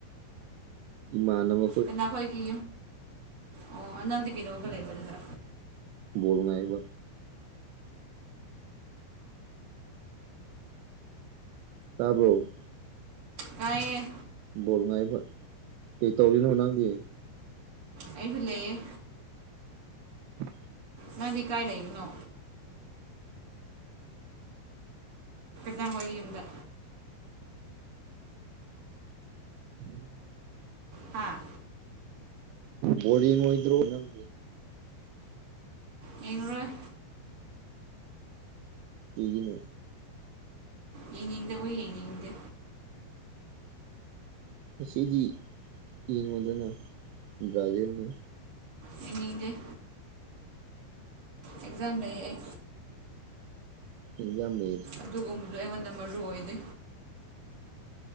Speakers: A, on the right; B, on the right.
A: ꯃꯅꯅꯕ
B: ꯀꯅꯥꯈꯣꯏꯒꯤ ꯑꯣ ꯅꯪꯗꯤ ꯀꯩꯗꯧꯕ ꯂꯩꯕ ꯑꯗꯨꯗ
A: ꯣꯅ ꯑꯩꯕ ꯇꯥꯕ꯭ꯔꯣ
B: ꯀꯌꯦ
A: ꯣꯜ ꯉꯥꯏꯕ ꯀꯩ ꯇꯧꯔꯤꯅꯣ ꯅꯪꯗꯤ
B: ꯑꯩꯁꯨ ꯂꯩꯌꯦꯦ
A: ꯎ
B: ꯅꯪꯗꯤ ꯀꯥꯏ ꯂꯩꯕꯅꯣ ꯗꯥꯡ ꯍꯣꯏꯒꯤ ꯌꯨꯝꯗ
A: ꯎꯝ
B: ꯍꯥꯥ
A: ꯕꯣꯗꯤ ꯑꯣꯏꯗ꯭ꯔꯣ ꯅꯪ
B: ꯌꯦꯡꯂꯉꯨꯔꯣꯏ
A: ꯏꯒꯤꯅꯦ
B: ꯌꯦꯡꯅꯤꯡꯗꯕꯨ ꯌꯦꯡꯅꯤꯡꯗꯦ
A: ꯉꯗꯤ ꯌꯦꯡꯉꯣꯗꯅ ꯕ꯭ꯔꯥꯖꯤꯜꯅꯤ
B: ꯌꯦꯅꯤꯡꯗꯤꯦ ꯑꯦꯛꯖꯥꯝ ꯂꯩꯩ
A: ꯏꯖꯥ ꯂꯩꯔ
B: ꯑꯗꯨꯒꯨꯝꯕꯗꯣ ꯑꯩꯉꯣꯟꯗ ꯃꯔꯨ ꯑꯣꯏꯗꯦ